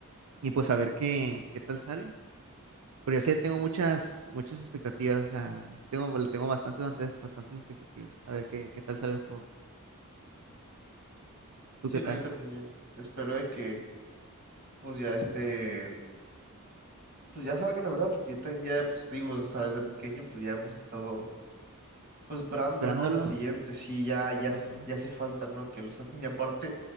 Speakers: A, on the right; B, on the right.
A: y pues a ver qué, qué tal sale. Pero yo sí le tengo
B: sí.
A: muchas, muchas expectativas. O sea, yo sí tengo, le tengo bastantes, bastantes, bastantes expectativas. A ver qué, qué tal sale el juego. ¿Tú
B: Sí,
A: qué
B: no,
A: tal?
B: yo también. Espero de que, pues ya este pues ya salga la verdad, porque yo también ya, pues te digo, o sea, desde pequeño, pues ya hemos estado, pues esperando,
A: ¿Esperándolo?
B: ¿no? La siguiente, sí, ya, ya
A: Ajá.
B: hace, ya hace falta, ¿no? Que lo saquen. Y aparte,